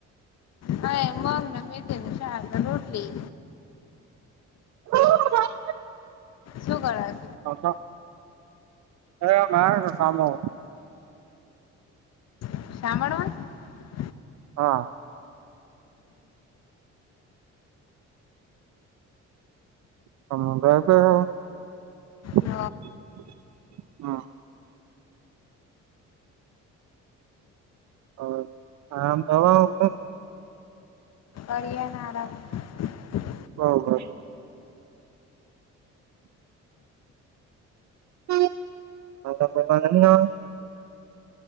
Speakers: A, on the left; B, on the right.
A: હા એ મગને મેથી નું શાક ને રોટલી
B: <inaudible>
A: શું કરેસ
B: <unintelligible> અરે <unintelligible> સામુ
A: <unintelligible>
B: હા <unintelligible>
A: હ
B: હ હા ભવા-
A: અળિયા ના આરા
B: બરોબર <unintelligible>